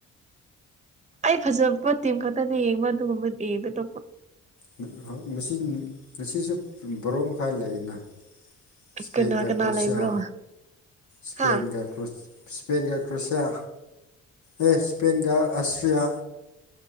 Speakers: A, on the right (about 25°); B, on the left (about 70°).
A: ꯑꯩ ꯐꯖꯕ ꯇꯤꯝ ꯈꯛꯇꯅꯦ ꯌꯦꯡꯕ ꯑꯗꯨꯒꯨꯝꯕ ꯌꯦꯡꯗꯦ ꯑꯇꯣꯞꯄ
B: <unintelligible> ꯁꯤ ꯉꯁꯤꯁꯨ ꯕꯥꯔꯣ ꯃꯈꯥꯏ ꯂꯩꯅ ꯁ꯭ꯄꯦꯟꯒ
A: ꯀꯅꯥ ꯀꯅꯥ
B: ꯀ꯭ꯔꯣꯁꯤꯌꯥ
A: ꯂꯩꯕ꯭ꯔꯣ
B: ꯁ꯭ꯄꯦꯟꯒ
A: ꯍꯥ
B: ꯁ꯭ꯄꯦꯟꯒ ꯀ꯭ꯔꯣꯁꯤꯌꯥ ꯑꯦ ꯁ꯭ꯄꯦꯟꯒ ꯑꯁꯇ꯭ꯔꯤꯌꯥ